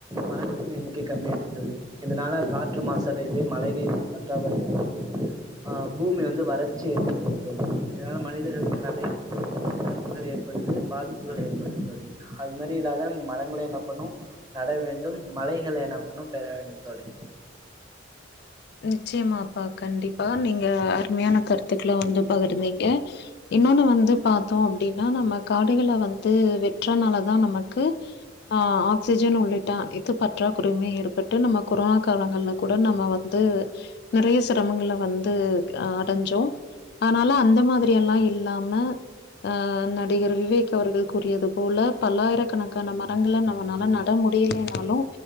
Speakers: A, on the right (about 20°); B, on the left (about 55°).
A: மரங்களின் எண்ணிக்கை கம்மி ஆயிட்டு தோழி இதனால காற்று மாசு அடைது மழை நீர் பற்றாக்குறை ஏற்படுது ஆ பூமி வந்து வறட்சி <inaudible> தோழி ஆ ம னிதர்களுக்கு நறைய இழப்புகள் ஏற்படுது பாதிப்புகள் ஏற்படுது தோழி அது மாரி இல்லாத மரங்கள என்ன பண்ணூ நட வேண்டும் மழைகள என்ன பண்ணும் பெற வேண்டும் தோழி
B: நிச்சயமாப்பா கண்டிப்பா நீங்க அருமையான கருத்துக்கள வந்து பகிர்ந்தீங்க இன்னொன்னு வந்து பாத்தோ அப்டின்னா நம்ம காடுகள வந்து வெட்டுறனாலதா தா நமக்கு ஆ ஆக்சிஜன் உள்ளிட்ட இது பற்றாக்குறையுமே ஏற்பட்டு நம்ம கொரோனா காலங்கள்ல கூட நம்ம வந் து நெறைய சிரமங்கள வந்து அடஞ்சோ அத்னால அந்த மாத்ரி எல்லா இல்லாம ஆ நடிகர் விவேக் அவர்கள் கூறியது போல பல்லாயிரக்கணக்கான மரங்கள நம்மனால நட முடியலைனாலூ